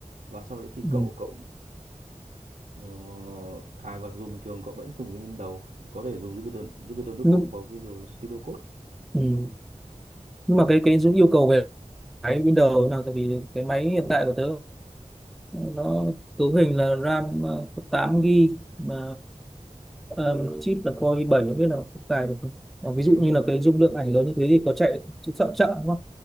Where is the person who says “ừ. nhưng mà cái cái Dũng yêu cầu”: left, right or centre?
Centre